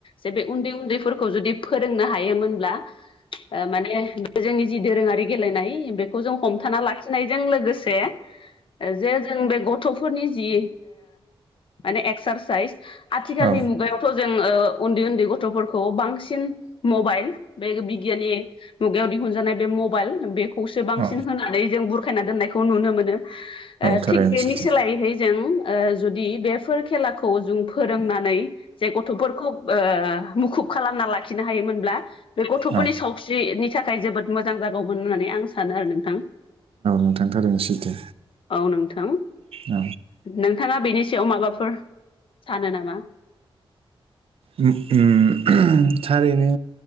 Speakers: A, on the left; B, on the right.
A: जे बे उन्दै उन्दैफोरखौ जुदि फोरोंनो हायोमोनब्ला ओ माने जोंनि जि दोरोंङारि गेलेनाय बेखौ जों हमथाना लाखिनायजों लोगोसे जे जों बे गथ'फोरनि जि माने एक्सारसाइस आथिखालनि
B: औ
A: मुगायाव थ' जोंङो उन्दै उन्दै गथ'फोरखौ बांसिन मबाइल बे बिगियानि मुगायाव दिहुनजानाय बे मबाइल बेखौसो बांसिन
B: औ
A: होनानै जों बुरखायना दोननायखौ नुनो मोनो। ओ
B: थारैनो
A: थिग बेनि
B: सैथो
A: सोलायैहै जों ओ जुदि बेफोर खेलाखौ जों फोरोंनानै जे गथ'फोरखौ ओ मुखुब खालामना लाखिनो हायोमोनब्ला बे गथ'फोरनि
B: औ
A: सावस्रिनि थाखाय जोबोद मोजां जागौमोन होननानै आं सानो आरो नोंथां।
B: नोंथांथारैनो सैथो।
A: औ नोंथां ओ
B: औ
A: नोंथाङा बेनि सायाव माबाफोर सानो नामा?
B: उम उम थारैनो